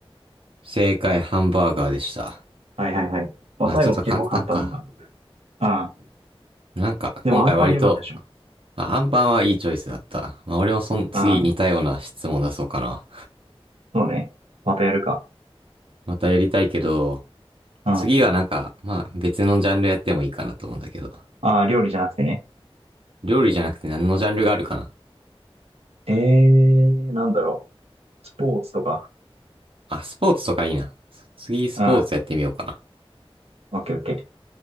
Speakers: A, on the right (about 65°); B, on the right (about 90°).
A: 正解、ハンバーガーでした。
B: ー。はいはいはい。まあ、
A: まあ、
B: 最後の結構簡単だ。
A: ちょっと簡単か。
B: うん。
A: なんか、
B: でも、
A: 今回割と、
B: アンパン良かったでしょ。
A: あアンパンはいいチョイスだった。まあ、俺もその次似たような質問出そうかな。
B: うん。そうね。またやるか。
A: またやりたいけど、
B: うん。
A: 次はなんか、まあ別のジャンルやってもいいかなと思うんだけど。
B: ああ、料理じゃなくてね。
A: 料理じゃなくて何のジャンルがあるかな。
B: ええー、なんだろう。スポーツとか。
A: あ、スポーツとかいいな。次スポーツやってみようかな。
B: うん。オッケーオッケー。